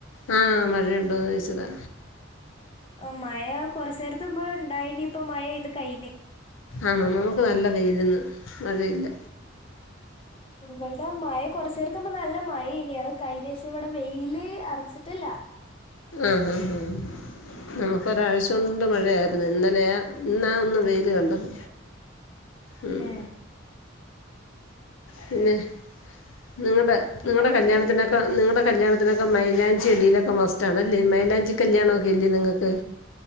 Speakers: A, on the left; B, on the left.
A: ആഹ് മഴയുണ്ടോന്ന് ചോദിച്ചതാ
B: ആ മഴ കൊറച്ച് നേരത്തുമ്പ് ഇണ്ടായിനി ഇപ്പൊ മഴ പെയ്ത് കയിന്
A: ആണോ നമുക്ക് നല്ല വെയിലിന്ന് മഴയില്ല
B: ഇവിടെ മഴ കൊറച്ച് നേരത്തുമ്പ് നല്ല മഴേനി അത് കഴിഞ്ഞേശം ഇവിടെ വെയില് അടച്ചിട്ടില്ല
A: ആഹ് ആഹ് നമുക്ക് ഒരാഴ്ച കൊണ്ട് മഴയായിരുന്നു ഇന്നലെയ ഇന്നാ ഒന്ന് വെയിൽ കണ്ടത് ഉം
B: എഹ്
A: പിന്നെ നിങ്ങളുടെ
B: പിന്നെന്തൊക്കെ
A: നിങ്ങളുടെ കല്യാണത്തിനൊക്കെ നിങ്ങളുടെ കല്യാണത്തിനൊക്കെ മൈലാഞ്ചിടിയിലൊക്കെ മസ്റ്റ് ആണല്ലേ മൈലാഞ്ചി കല്യാണം ഒക്കെ ഇല്ലേ നിങ്ങൾക്ക്